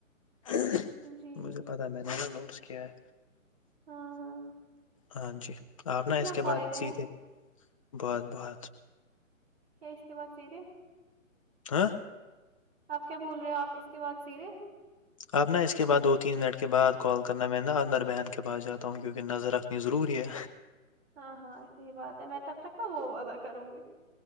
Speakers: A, on the left; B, on the right.
A: ہاں
B: جی
A: مجھے پتا ہے میں نے نا نوٹس کیا ہے
B: ہاں ہاں
A: ہاں جی آپ
B: کتنا
A: نا اس کے
B: فائدہ
A: بعد سی
B: ہے
A: تھے بہت بہت
B: کیا اس کے بعد سیدھے
A: ہاں
B: آپ کیا بول رہے ہو آپ اس کے بعد سیدھے
A: آپ نا اسس کے بعد دو تین منٹ کے بعد کال کرنا میں نا آدنر بہن کے پاس جاتا ہوں کیونکہ نظر رکھنی ضروری ہے
B: ہاں ہاں صحی بات ہے میں تب تک نہ وہ ودہ کروں گی